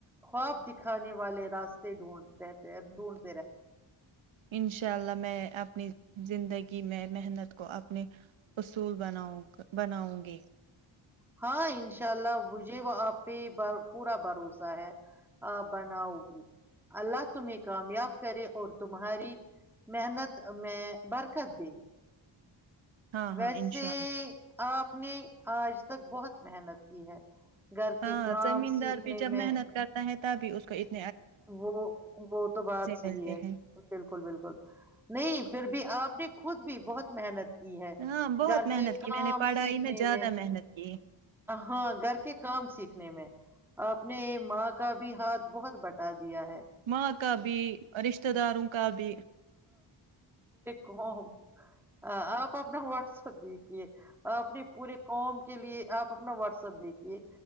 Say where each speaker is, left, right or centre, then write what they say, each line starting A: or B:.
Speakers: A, in the centre; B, on the right (about 75°).
A: خواب دکھانے والے راستے ڈھونڈ ڈھونڈ
B: انشاءاللہ میں اپنی زندگی میں محنت کو اپنے اصول بناؤ بناؤں گی
A: ہاں ان شاء اللہ مجھے وہ آپ پہ پورا بھروسہ ہے بناؤ گی اللہ تمہیں کامیاب کرے اور تمہاری محنت میں برکت دے
B: ہاں ہاں
A: ویسے
B: انشاء
A: آپ نے آج تک بہت محنت کی ہے گھر کے
B: ہاں
A: کام
B: زمین
A: سیکھنے
B: دار بھی جب
A: میں
B: محنت کرتا ہے بھی اس کا انا
A: وہ وہ تو بات صحی
B: ملتے
A: ہے
B: ہیں
A: بالکل بالکل نہیں پھر آپ نے خود بھی بہت محنت کی ہے
B: ہاں بہت
A: گھر
B: محنت
A: کے
B: کی
A: کام
B: میں نے پڑھائی
A: سیکھنے
B: زیادہ
A: میں
B: محنت کی
A: ہاں گھر کے کام سیکھ میں آپ نے ماں کا بھی ہاتھ بہت بٹ دیا ہے
B: ماں کا بھی رشتہ داروں کا بھی
A: کوم آپ اپنا واٹسپ د <inaudible> اپنے پورے قوم کے لیے آپ <inaudible> اپنا واٹسپ دیکھیے